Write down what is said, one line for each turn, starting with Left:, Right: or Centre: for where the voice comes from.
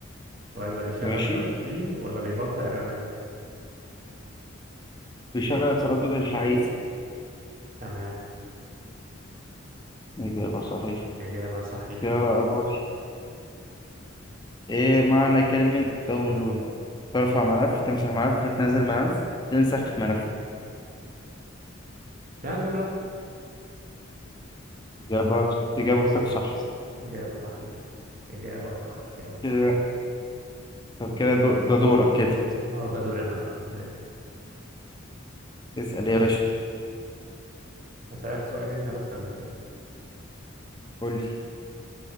Right: ولا بيشغل
Left: ماشي
Right: ار جي بي ولا بيبطئ الرامات
Left: بيشغل التردد الحقيقي
Right: تمام
Left: إجابة صحيحة
Right: إجابة صحيحة
Left: إجابة أدوار إيه معنى كلمة داونلود ترفع ملف تمسح ملف تنزل ملف تنسخ ملف
Right: في ناس دماغها
Left: إجابة إجابتك صح
Right: <laughs> إجابة صحيحة إجابة صح إجابة صح
Left: كده طب كده دو- ده دورك كده
Right: اه ده دوري أنا بقى تمام
Left: اسأل يا باشا
Right: هسألك سؤال أنت نفسك بتحبه
Left: قول لي